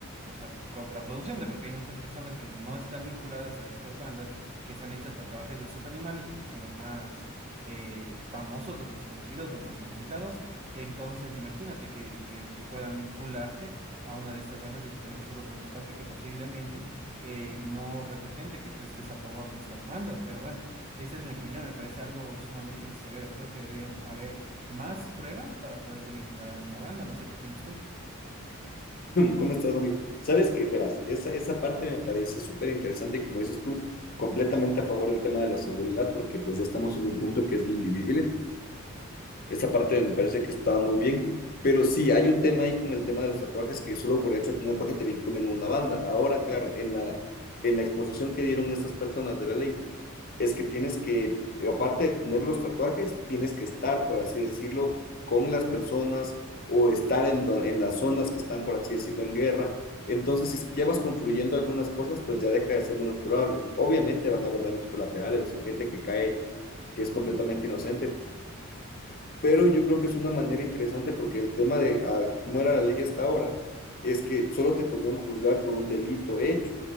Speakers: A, on the right (about 30°); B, on the left (about 45°).
A: O sea, contraproducente, porque hay muchas personas que no están vinculadas a estas bandas que se han hecho tatuajes de estos animales porque son los más, eh, famosos, los más conocidos, los más solicitados. Entonces, imagínate que, que- que puedan vincularte a una de estas bandas directamente solo por un tatuaje que posiblemente eh, no represente que tú estés a favor de estas bandas, pero bueno. Esa es mi opinión, me parece algo sumamente severo. Creo que deberían haber más pruebas para poderte vincular a una banda. No sé qué opinas tú.
B: ¿Cómo estás, amigo? Sabes que, verás, esa, esa parte me parece súper interesante y como dices tú, completamente a favor del tema de la seguridad, porque pues ya estamos en un punto que es invivible. Esa parte me parece que está muy bien, pero sí, hay un tema ahí con el tema de los tatuajes que solo por el hecho de tener un tatuaje te vinculan a una banda. Ahora, claro, en la, en la exposición que dieron estas personas de la ley, es que tienes que, aparte de tener los tatuajes, tienes que estar, por así decirlo, con las personas o estar en, do- en las zonas que están, por así decirlo, en guerra. Entonces, si es que ya vas confluyendo algunas cosas, pues ya deja de ser menos probable. Obviamente van a haber daños colaterales, o sea, gente que cae, que es completamente inocente, pero yo creo que es una manera interesante porque el tema de ah, cómo era la ley hasta ahora es que solo te podían juzgar por un delito hecho.